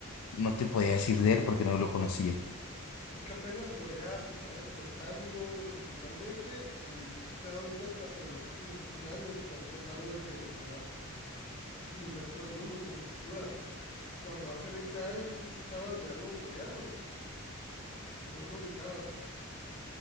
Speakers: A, on the left (about 80°); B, on the left (about 30°).
A: no te podía decir de él porque no lo conocía.
B: Es que apenas Corea se está despertando culturalmente y no sé si te has dado cuenta, pero los últimos 15 años están tratando de penetrar el resto del mundo con su cultura. Cuando hace 20 años tú escuchabas de algo coreano y no lo ubicabas.